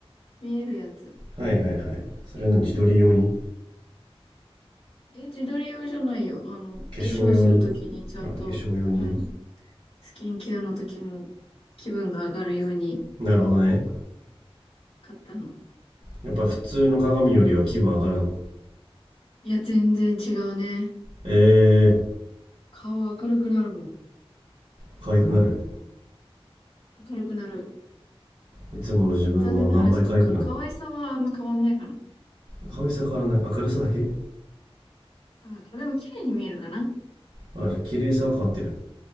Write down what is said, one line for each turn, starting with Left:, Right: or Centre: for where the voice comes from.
Left: 見えるやつ。
Right: はいはいはいそれは何自撮り用に
Left: え、自撮り用じゃないよ。あの、化粧するときにちゃんと、
Right: 化粧用にあ化粧用にね
Left: うん。スキンケアのときも気分が上がるように
Right: なるほどね
Left: 買ったの。
Right: やっぱ普通の鏡よりは気分上がるの
Left: いや、全然違うね。
Right: え
Left: 顔は明るくなるもん。
Right: 可愛くなる
Left: 明るくなる。
Right: いつもの自分の何倍可愛くなるの
Left: 残念ながらちょっとか、可愛さはあんま変わんないかな。
Right: 可愛さ変わらない。
Left: うん。
Right: 明るさだけ
Left: うん。あでも綺麗に見えるかな。
Right: あ、じゃあ綺麗さは変わってる。